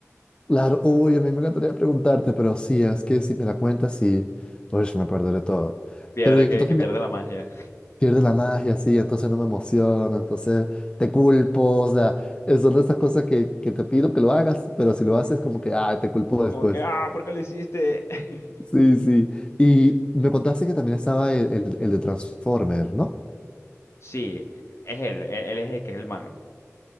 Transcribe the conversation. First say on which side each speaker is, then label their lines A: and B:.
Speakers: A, on the left; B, on the left.
A: Claro, uy, a mí me encantaría preguntarte, pero sí, es que si me la cuentas, sí, uy, me perderé todo.
B: Pierde
A: Pero y entonces
B: que, que pierde
A: me
B: la magia.
A: pierde la magia, sí, entonces no me emociona, entonces te culpo, o sea, eh, son de esas cosas que, que te pido que lo hagas, pero si lo haces, como que, ay, te culpo
B: <laughs> Como
A: después.
B: que, ah, ¿por qué lo hiciste? <laughs>
A: Sí, sí. Y me contaste que también estaba el, el, el de Transformer, ¿no?
B: Sí, es él, él, él es el que es el malo.